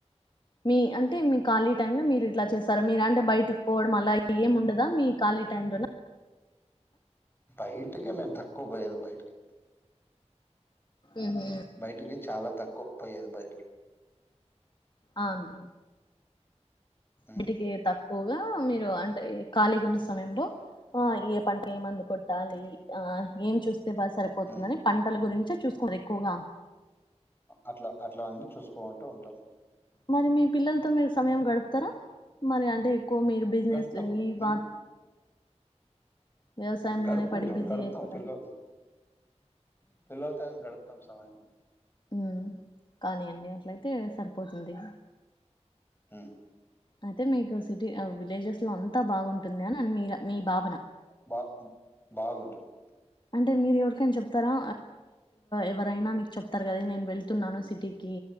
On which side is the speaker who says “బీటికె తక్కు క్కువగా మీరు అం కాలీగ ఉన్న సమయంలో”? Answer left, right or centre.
Left